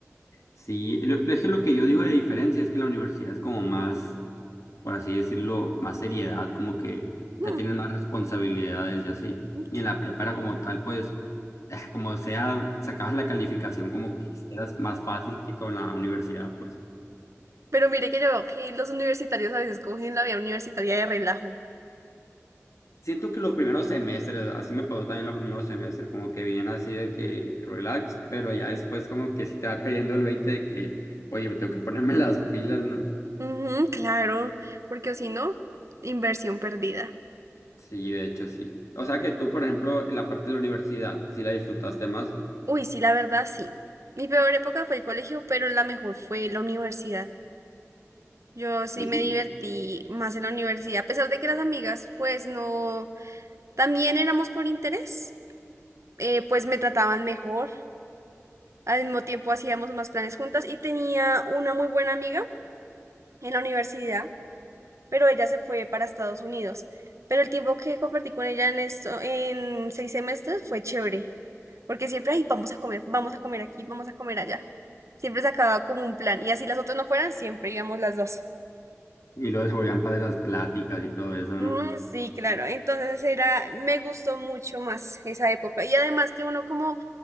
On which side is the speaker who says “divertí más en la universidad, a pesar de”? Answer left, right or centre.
Right